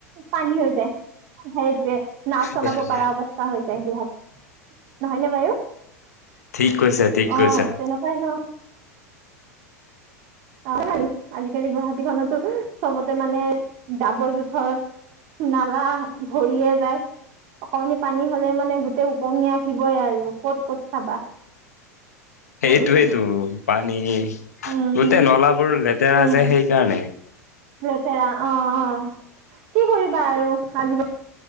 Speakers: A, on the right; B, on the left.
A: পানী হৈ যায়।। সেইটোৱে। নাওঁ
B: সেইটোৱে
A: চলাব পৰা অৱস্থা হয়। এই গুৱাহাটী। নহয়নে বাৰু অ
B: ঠিক কৈছা ঠিক কৈছা
A: তেনেকুৱাই নহ। <unintelligible> আজিকালি গুৱাহাটী খনটো চবতে মানে। জাবৰ -জোঁথৰ নলা ভৰিয়ে যায় অকমান পানী হ'লে মানে গোটেই উপঙি আহিবই আৰু ক'ত ক'ত চাবা।
B: সেইটোৱে
A: বৰষুণ
B: টো পানী
A: উম
B: গোটেই নলা। বোৰ লেতেৰা
A: উম
B: যে সেইকাৰণে।
A: লেতেৰা অ অ। কি কৰিবা আৰু আজি